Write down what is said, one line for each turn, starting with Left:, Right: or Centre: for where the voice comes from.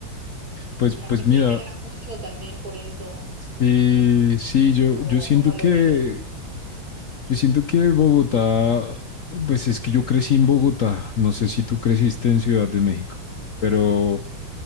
Left: Pues,
Right: y la
Left: pues
Right: gente
Left: mira,
Right: emigra mucho también por eso,
Left: Sí, sí, yo,
Right: o
Left: yo siento
Right: cómo lo
Left: que,
Right: vive.
Left: yo siento que Bogotá, pues es que yo crecí en Bogotá, no sé si tú creciste en Ciudad de México, pero
Right: Sí.